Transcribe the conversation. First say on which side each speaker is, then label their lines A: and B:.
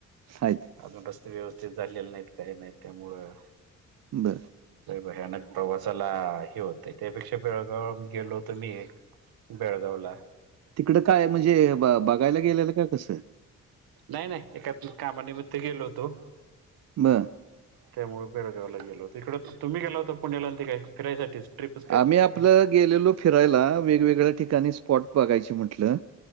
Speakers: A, on the right (about 45°); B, on the right (about 65°).
A: आहेत.
B: अजून रस्ते व्यवस्थित झालेले नाहीत काही नाही त्यामुळं.
A: बरं.
B: भयानक प्रवासाला ह होतय त्यापेक्षा बेळगा गेलो होत मी बेळगाव ला
A: तिकडं काय म्हणजे बघायला गेलेलं काय कसं?
B: नाही नाही एका कामानिमित्त गेलो होतो.
A: बर.
B: त्यामुळे बेळगावला गेलोत इकडं तुम्हीेला होता पुण्याला आणि त काय फिरायसाठीच. ट्रिपच काढली
A: आम्ही
B: होती
A: आपलं
B: काय
A: गेलेलो फिरायला वेगवेगळ्या ठिकाणी स्पॉट बघायचे म्हटलं.